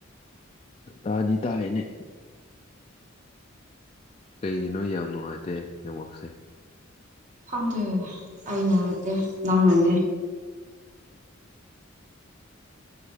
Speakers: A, on the left (about 30°); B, on the right (about 40°).
A: ꯇꯥꯗꯤ ꯇꯥꯏꯌꯦꯅꯦ ꯀꯩꯒꯤꯅꯣ ꯌꯥꯝ ꯅꯨꯡꯉꯥꯏꯇꯦ ꯅꯦꯠꯋꯥꯛꯁꯦ
B: ꯈꯪꯗꯦ ꯑꯩꯩꯅ ꯅꯠꯇꯦ ꯅꯪꯅꯅꯦ